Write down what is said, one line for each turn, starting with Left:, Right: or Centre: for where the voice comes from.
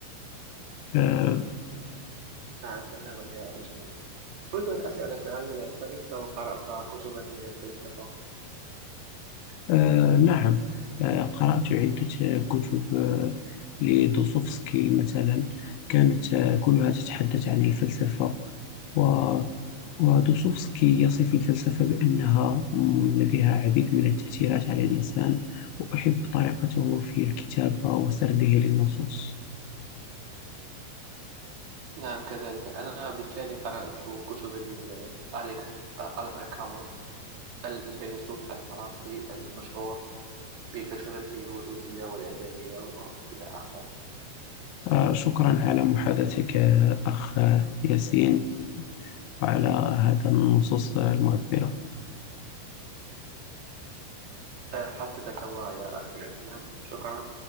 Left: آه
Right: نعم تماما يا أجمل أريد أن أسألك هل سبق وقرأت كتبا من الفلسفة؟
Left: آه نعم آه قرأت عدة كتب آه لدوستويفسكي مثلا كانت آه كلها تتحدث عن الفلسفة و ودوستويفسكي يصف الفلسفة بأنها م، لديها العديد من التأثيرات على الإنسان وأحب طريقته في الكتابة وسرده للنصوص
Right: نعم كذلك أنا بالتالي قرأت كتبا لأليكس ألبر كامو الفيلسوف الفرنسي المشهور بفلسفته الوجودية والعدمية وإلى آخره
Left: آه، شكرا على محادثتك آه، أخ ياسين وعلى هذا النصوص المعبرة
Right: آه، حفظك الله يا أخي عثمان شكرا